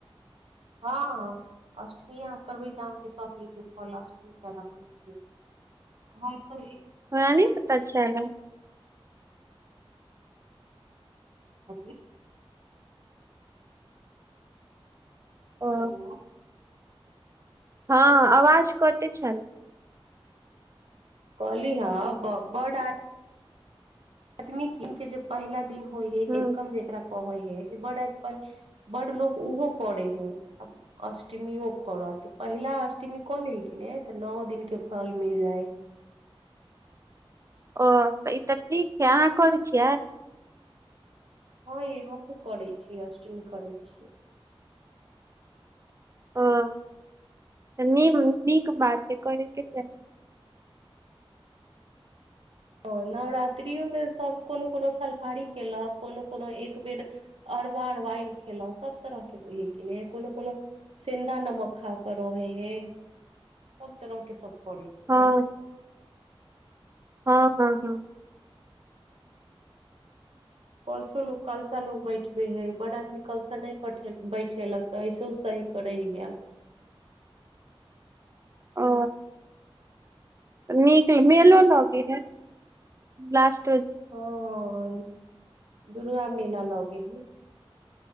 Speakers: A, on the right; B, on the right.
A: हँ अष्टमी अहाँ करबै तऽ अहाँके सब चीज के फल अष्टमी केला पर मिल जाएत हम सभ
B: हमरा नहि पता छले
A: <unintelligible> <unintelligible>
B: ओ
A: हेलो
B: हँ अवाज कटे छालह
A: कहली हँ ब-बड आ- आदमी किन के जे पहिला दिन होइ हइ
B: ह
A: एकम जेकरा कहै हइ बड-बड्ड लोको उहो करै हइ आ अष्टमीयौ करऽत पहिला अष्ट- अष्ट्मी क लै हइ की ने तऽ नओ दिन के फल मिल जाय हइ
B: ओ तऽ ई तऽ ठीक छै अहाँ करै छियै
A: हँ यै हमहूँ करै छियै अष्टमी करै छियै
B: हँ त नीक नीक बात छै करैके चाही
A: हँ नवरात्रिोमे सभ कोनो कोनो फलाहारी केलक कोनो कोनो एक बेर अरबा अरबाइन खेलक सभ तरहके होइ हइ की नेे कोनो कोनो सेन्दा नमक खा कऽ रहै हइ सभ तरहके सभ करै छै
B: हँ हँ हँ हँ
A: कलसो लोक कलसा लोक बैठबै हइ बड आदमी कलसा नहि बैठ-बैठेलक तऽ ऐसो सहै क रहि गैल
B: ओ नीक मेलो लगै हइ लास्ट
A: हँ दुर्गा मेला लगै हइ